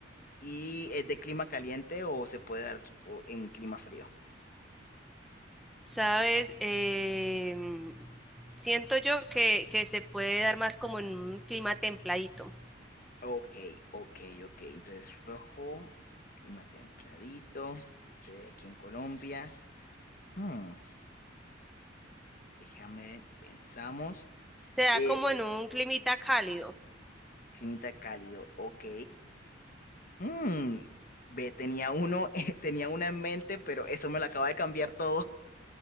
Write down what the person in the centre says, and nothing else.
Sabes, Em, siento yo que, que se puede dar más como en un clima templadito.
Se da
como en un climita cálido.